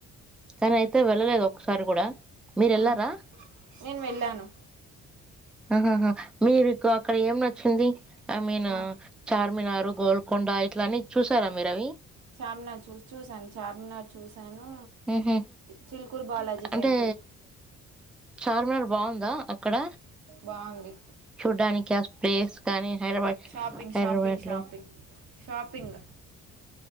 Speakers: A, in the centre; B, on the right (about 75°).
A: కానీ అయితే వెళ్ళలేదు ఒకసారి కూడా. మీరు వెళ్ళారా
B: ఆ నేను వెళ్ళాను.
A: ఆహాహా మీరుకు అక్కడ ఏం నచ్చింది? ఐ మీన్
B: నాకు
A: చార్మినార్, గోల్కొండా ఇట్ల అన్ని చూసారా మీరు అవి?
B: చార్మినార్ చూసి చూసాను చార్మినార్ చూస్ సాను
A: ఉహు
B: చిల్కూరు బాలాజీ
A: అంటే
B: టెంపుల్
A: చార్మినార్ బావుందా అక్కడ
B: బావుంది.
A: చూడ్డానికి ఆ ప్లేస్ కానీ హైదరాబాద్
B: షాపింగ్
A: హైదరాబాద్
B: షాపింగ్ షాపింగ్
A: లో
B: షాపింగ్